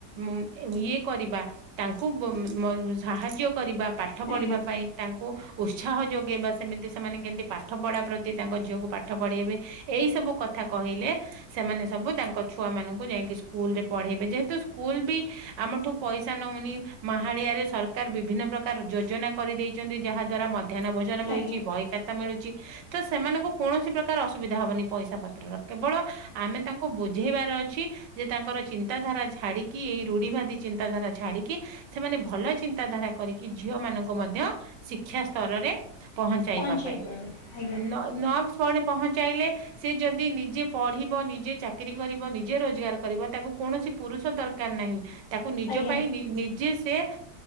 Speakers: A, on the right; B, on the left.
A: ମୁଁ ଏ ଇଏ କରିବା ତାଙ୍କୁ ବ ମ ସାହାଯ୍ୟ କରିବା ପାଠ ପଢ଼ିବା
B: ଆଜ୍ଞା ଆଜ୍ଞା
A: ପାଇଁ। ତାଙ୍କୁ ଉତ୍ସାହ ଯୋଗେଇବା ସେମିତି ସେମାନେ କେମତି ପାଠପଢ଼ା ପ୍ରତି ତାଙ୍କ ଝିଅକୁ ପାଠ ପଢ଼େଇବେ। ଏଇସବୁ କଥା କହିଲେ ସେମାନେ ସବୁ ତାଙ୍କ ଛୁଆମାନଙ୍କୁ ଯାଇଁକି ସ୍କୁଲରେ ପଢେଇବେ ଯେହେତୁ ସ୍କୁଲ ବି ଆମଠୁ ପଇସା ନୋଉ ନି ମାହାଳିଆରେ ସରକାର ବିଭିନ୍ନ ପ୍ରକାର ଯୋଜନା କରିଦେଇଚନ୍ତି ଯାହା ଦ୍ଵାରା ମା ମଧ୍ୟାନ ଭୋଜନ ମିଳୁଚି
B: ଆଜ୍ଞା ଆଜ୍ଞା
A: ବହିଖାତା ମିଳୁଚି ତ ସେମାନଙ୍କୁ କୌଣସି ପ୍ରକାର ଅସୁବିଧା ହବନି ପଇସା ପତ୍ରର। କେବଳ ଆମେ ତାନ୍ କୁ ବୁଝେଇବାର ଅଛି ଯେ ତାଙ୍କର ଚିନ୍ତାଧାରା ଛାଡିକି ଏଇ ରୁଢିିବାଦୀ ଚିନ୍ତାଧାରା ଛାଡି କି ସେମାନେ ଭଲ ଚିନ୍ତା ଧାରା କରିକି ଝିଅମାନଙ୍କୁ ମଧ୍ୟ ଶିକ୍ଷା ସ୍ତରରେ ପହଞ୍ଚାଇବା
B: ପହଞ୍ଚେଇ
A: ପାଇଁ
B: ପାରିବ
A: ନ ନ <unintelligible> ପହଞ୍ଚାଇଲେ ସେ ଯଦି ନିଜେ ପଢିବ ନିଜେ ଚାକିରୀ କରିବ ନିଜେ ରୋଜଗାର କରିବ ତାକୁ କୌଣସି ପୁରୁଷ ଦର କାରନାହିଁ। ତାକୁ ନିଜ
B: ଆଜ୍ଞା
A: ପାଇଁ ନିଜେ ସେ